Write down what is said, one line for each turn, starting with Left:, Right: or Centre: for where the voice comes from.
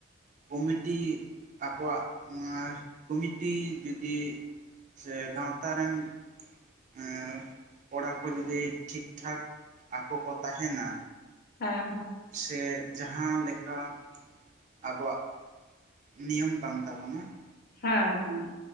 Right: ᱠᱩᱢᱤᱴᱤ ᱟᱠᱚᱣᱟᱜ ᱱᱚᱣᱟ ᱠᱩᱢᱤᱴᱤ ᱡᱩᱫᱤ ᱥᱮ ᱜᱟᱶᱛᱟ ᱨᱮᱱ ᱟᱨ ᱠᱚᱲᱟ ᱠᱚ ᱡᱩᱫᱤ, ᱴᱷᱤᱠ ᱴᱷᱟᱠ ᱟᱠᱚ ᱠᱚ ᱛᱟᱦᱮᱸᱱᱟ᱾
Left: ᱦᱮᱸ ᱦᱮᱸ,
Right: ᱥᱮ ᱡᱟᱦᱟᱸ ᱞᱮᱠᱟ ᱟᱵᱚᱣᱟᱜ ᱱᱤᱭᱚᱢ ᱠᱟᱱ ᱛᱟᱵᱚᱱᱟ ᱾
Left: ᱦᱮᱸ ᱦᱮᱸ᱾